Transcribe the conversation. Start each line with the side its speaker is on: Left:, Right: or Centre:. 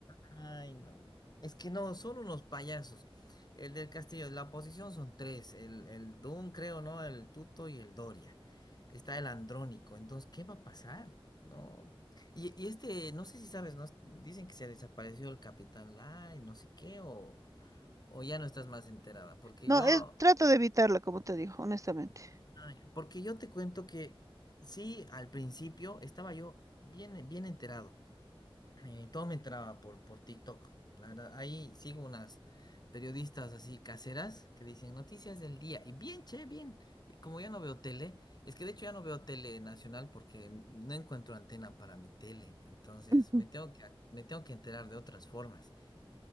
Left: Ay, no. Es que no, son unos payasos. El del Castillo, la oposición son tres, el, el Dun, creo, ¿no? El Tuto y el Doria. Está el Andrónico. Entonces, ¿qué va a pasar? No. Y, y este, no sé si sabes, ¿no? Dicen que se desapareció el Capitán Lai, no sé qué, o, o ya no estás más enterada. Porque
Right: No,
Left: yo,
Right: es, trato de evitarla, como te digo, honestamente.
Left: ay, porque yo te cuento que sí, al principio estaba yo bien, bien enterado. eh, todo me entraba por, por TikTok. La verdad, ahí sigo unas periodistas así caseras que dicen noticias del día. Y bien, che, bien. Y como ya no veo tele, es que de hecho ya no veo tele nacional porque no encuentro antena para mi tele. Entonces
Right: Sí.
Left: me tengo que, me tengo que enterar de otras formas.